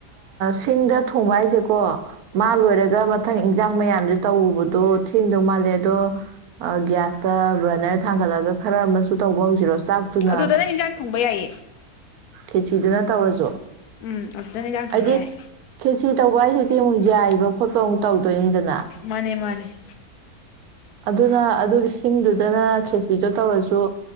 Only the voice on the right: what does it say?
ꯁꯤꯡꯗ ꯊꯣꯡꯕ ꯍꯥꯏꯁꯦꯀꯣ ꯃꯥ ꯂꯣꯏꯔꯒ ꯃꯊꯪ ꯏꯟꯖꯥꯡ ꯃꯌꯥꯝꯁꯦ ꯇꯧꯔꯨꯕꯗꯣ ꯊꯦꯡꯗꯧ ꯃꯥꯜꯂꯦ ꯑꯗꯣ ꯒ꯭ꯌꯥꯁꯇ ꯕ꯭ꯔꯔꯅꯔ ꯊꯥꯡꯒꯠꯂꯒ ꯈꯔ ꯑꯃꯁꯨ ꯇꯧꯕ ꯍꯧꯁꯤꯔꯣ ꯆꯥꯛꯇꯨꯅ
ꯀꯦꯆꯗꯨꯅ ꯇꯧꯔꯁꯨ
ꯑꯩꯗꯤ
ꯈꯦꯆꯤ ꯇꯧꯕ ꯍꯥꯏꯁꯤꯗꯤ ꯑꯃꯨꯛ ꯌꯥꯏꯕ ꯈꯣꯠꯄ ꯑꯃꯨꯛ ꯇꯧꯗꯣꯏꯅꯤꯗꯅ
ꯑꯗꯨꯅ ꯑꯗꯨꯒꯤ ꯏꯁꯤꯡꯗꯨꯗꯅ ꯈꯦꯆꯗꯣ ꯇꯧꯔꯁꯨ